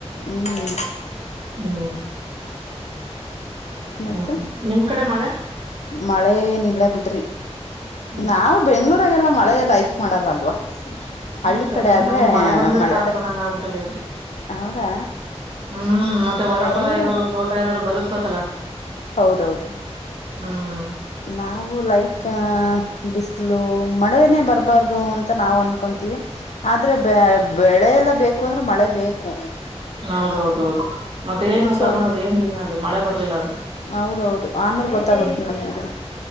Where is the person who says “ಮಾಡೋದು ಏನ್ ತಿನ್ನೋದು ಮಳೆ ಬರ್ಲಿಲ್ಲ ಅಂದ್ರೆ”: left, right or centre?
Right